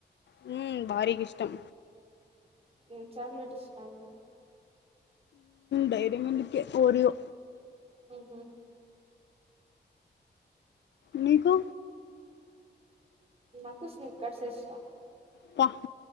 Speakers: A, on the left; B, on the right.
A: హ్మ బారిగిస్టం
B: ఏం చాక్లెట్ ఇష్టం
A: డైరీమిల్క్ ఏ ఒరియో
B: హు హు
A: మీకు
B: నాకు స్నిక్కెర్స్ ఇష్టం
A: త